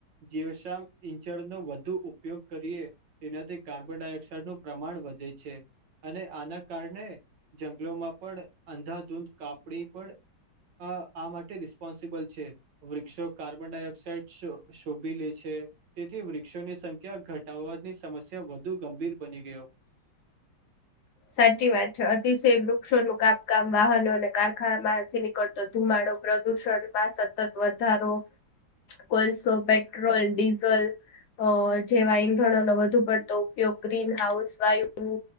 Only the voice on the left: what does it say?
સાચી વાત છે, અતિશય વૃક્ષો નું કાપકામ વાહનો અને કારખાના માંથી નીકળતો ધુમાડો પ્રદુષણ માં સતત વધારો કોલસો, પેટ્રોલ, ડીઝલ અ જેવા ઈંધણો નો વધુ પડતો ઉપયોગ ગ્રીન હાઉસ વાયુ